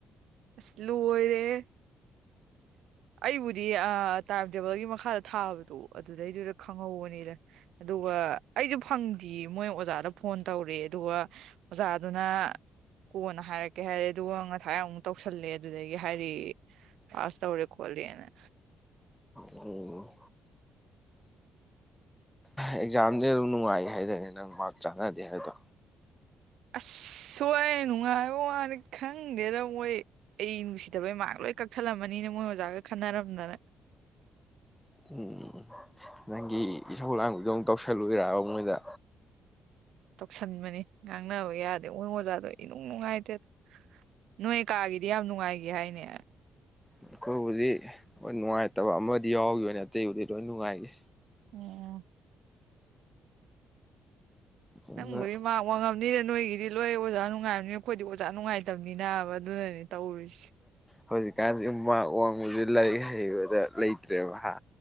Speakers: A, on the right; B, in the centre.
A: ꯑꯁ ꯂ‌ꯣꯏꯔ‌ꯦꯍ‌ꯦ ꯑꯩꯕꯨꯗꯤ ꯑꯥ ꯇꯥꯏꯝ ꯇꯦꯕꯜꯒꯤ ꯃꯈꯥꯗ ꯊꯥꯕꯗꯣ ꯑꯗꯨꯗꯩꯗꯨꯗ ꯈꯪꯍꯧꯕꯅꯤꯗ ꯑꯗꯨꯒ ꯑꯩꯁꯨ ꯐꯪꯗꯦ ꯃꯣꯏ ꯑꯣꯖꯥꯗ ꯐꯣꯟ ꯇꯧꯔꯦ ꯑꯗꯨꯒ ꯑꯣꯖꯥꯗꯨꯅ ꯀꯣꯟꯅ ꯍꯥꯏꯔꯛꯀꯦ ꯍꯥꯏꯔꯦ ꯑꯗꯨꯒ ꯉꯁꯥꯏ ꯑꯃꯨꯛ ꯇꯧꯁꯜꯂꯦ ꯑꯗꯨꯗꯒꯤ ꯍꯥꯏꯔꯦ ꯄꯥꯁ ꯇꯧꯔꯦ ꯈꯣꯠꯂꯦꯅ
B: ꯎꯝ ꯑꯦꯛꯖꯥꯝꯗꯤ ꯑꯗꯨꯝ ꯅꯨꯡꯉꯥꯏ ꯍꯥꯏꯗꯥꯏꯅꯦ ꯅꯪ ꯃꯥꯛ ꯆꯥꯟꯅꯗꯦ ꯍꯥꯏꯗꯣ
A: ꯑꯁ ꯁꯣꯏ ꯅꯨꯡꯉꯥꯏꯕ ꯋꯥꯅꯤ ꯈꯪꯗꯦꯗ ꯃꯣꯏ ꯑꯩ ꯅꯨꯡꯁꯤꯗꯕꯩ ꯃꯥꯛ ꯂꯣꯏ ꯀꯛꯊꯠꯂꯝꯃꯅꯤꯅꯦ ꯃꯣꯏ ꯑꯣꯖꯥꯒ ꯈꯟꯅꯔꯝꯗꯅ
B: ꯎꯝ ꯅꯪꯒꯤ ꯏꯁꯧ ꯂꯥꯡꯕꯤꯗꯣ ꯑꯃꯨꯛ ꯇꯧꯁꯤꯜꯂꯨꯏꯔꯕ ꯃꯣꯏꯗ
A: ꯇꯧꯁꯟꯕꯅꯤ ꯉꯥꯡꯅꯕ ꯌꯥꯗꯦ ꯃꯣꯏ ꯑꯣꯖꯥꯗꯣ ꯏꯅꯨꯡ ꯅꯨꯡꯉꯥꯏꯇꯦ ꯅꯣꯏ ꯀꯥꯒꯤ ꯗꯤ ꯌꯥꯝ ꯅꯨꯡꯉꯥꯏꯒꯤ ꯍꯥꯏꯅꯦ
B: ꯑꯩꯈꯣꯏꯕꯨꯗꯤ ꯍꯣꯏ ꯅꯨꯡꯉꯥꯏꯇꯕ ꯑꯃꯗꯤ ꯌꯥꯎꯒꯤꯕꯅꯦ ꯑꯇꯩꯕꯨꯗꯤ ꯂꯣꯏ ꯅꯨꯉꯥꯏꯒꯤ
A: <unintelligible>
B: ꯑꯗꯨꯅ
A: ꯅꯪꯕꯨꯗꯤ ꯃꯥꯛ ꯋꯥꯡꯉꯝꯅꯤꯅꯦ ꯅꯣꯏꯒꯤꯗꯤ ꯂꯣꯏ ꯑꯣꯖꯥ ꯅꯨꯡꯉꯥꯏꯕꯅꯤ ꯑꯩꯈꯣꯏꯗꯤ ꯑꯣꯖꯥ ꯅꯨꯡꯉꯥꯏꯇꯕꯅꯤꯅ ꯑꯗꯨꯅꯅꯦ ꯇꯧꯔꯤꯁꯦ
B: ꯍꯧꯖꯤꯛꯀꯥꯟꯁꯤ ꯃꯥꯛ ꯋꯥꯡꯕꯖꯦ ꯂꯥꯏꯔꯤꯛ ꯍꯩꯕꯗ ꯂꯩꯇ꯭ꯔꯦꯕ ꯍꯥ